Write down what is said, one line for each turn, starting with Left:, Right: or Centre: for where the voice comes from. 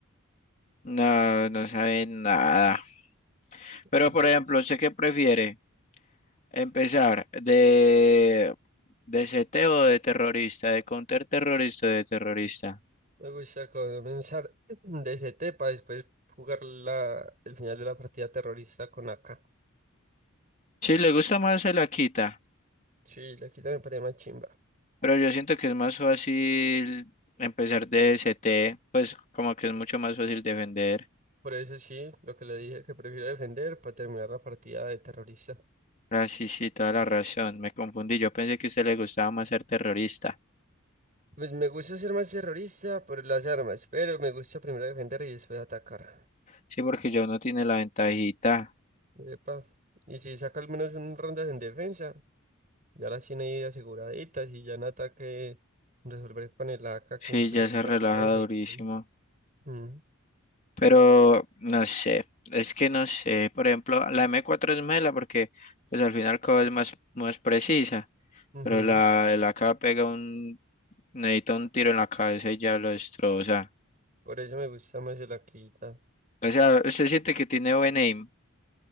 Left: No, no sabe nada. Pero,
Right: No
Left: por
Right: sé,
Left: ejemplo, ¿usted qué prefiere? ¿Empezar de, de CT o de terrorista? ¿De counterterrorista o de terrorista?
Right: me gusta comenzar <clears throat> DCT para después jugar la, el final de la partida terrorista con AK.
Left: Sí, le gusta más se la quita,
Right: Sí, la quita me parece más chimba.
Left: pero yo siento que es más fácil empezar de CT, pues como que es mucho más fácil defender.
Right: Por eso sí, lo que le dije que prefiero defender para terminar la partida de terrorista.
Left: Ah, sí, sí, toda la razón, me confundí, yo pensé que a usted le gustaba más ser terrorista.
Right: Pues me gusta ser más terrorista por las armas, pero me gusta primero defender y después atacar.
Left: Sí, porque ya uno tiene la ventajita.
Right: Epa. Y si saca al menos unas rondas en defensa, ya las tiene ahí aseguraditas y ya en ataque resolver con el AK
Left: Sí,
Right: que un solo
Left: ya
Right: tiro
Left: se relaja
Right: a la cabeza
Left: durísimo.
Right: y pum. Ujú,
Left: Pero no sé, es que no sé. Por ejemplo, la m cuatro es mela porque pues al final cada es más, más precisa.
Right: ujú.
Left: Pero la, el AK pega un, necesita un tiro en la cabeza y ya lo destroza.
Right: Por eso me gusta más el Akita.
Left: O sea, usted siente que tiene buen aim.